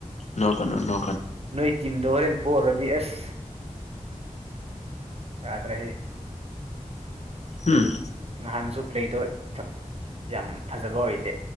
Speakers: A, on the left (about 60°); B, on the right (about 50°).
A: ꯅꯣꯀꯅꯣ ꯅꯣ
B: ꯅꯣꯏ ꯇꯤꯝ ꯗꯣ ꯍꯣꯔꯦꯟ ꯄꯣꯛꯔꯗꯤ ꯑꯁ ꯌꯥꯗ꯭ꯔꯦꯍꯦ
A: ꯎꯝ
B: ꯉꯍꯥꯟꯁꯨ ꯄ꯭ꯂꯦꯗꯣ ꯆꯞ ꯌꯥꯝ ꯐꯖꯕ ꯑꯣꯏꯗꯦ